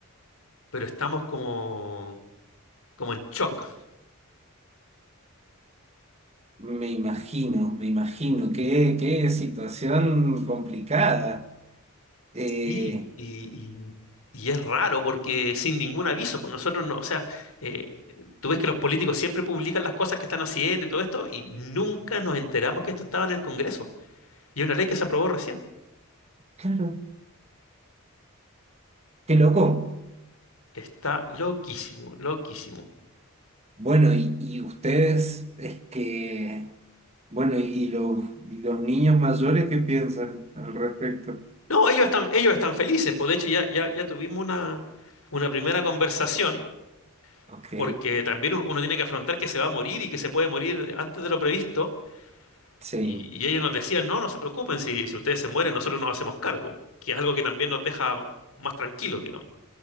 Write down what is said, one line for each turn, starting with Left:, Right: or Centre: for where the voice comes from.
Left: pero estamos como, como en shock.
Right: me imagino, me imagino, qué, qué situación complicada. Eh,
Left: Y, y, y- y es raro porque sin ningún aviso, pues nosotros no, o sea, eh, tú ves que los políticos siempre publican las cosas que están haciendo y todo esto, y nunca nos enteramos que esto estaba en el Congreso. Y es una ley que se aprobó recién.
Right: claro, qué loco.
Left: Está loquísimo, loquísimo.
Right: Bueno, y, y ustedes, es que Bueno, y, y los, y los niños mayores, ¿qué piensan al respecto?
Left: No, ellos están, ellos están felices, pues de hecho ya, ya, ya tuvimos una, una primera conversación,
Right: Ok,
Left: porque también un- uno tiene que afrontar que se va a morir y que se puede morir antes de lo previsto.
Right: sí,
Left: Y, y ellos nos decían, no, no se preocupen, si, si ustedes se mueren, nosotros nos hacemos cargo, que es algo que también nos deja más tranquilos, digamos.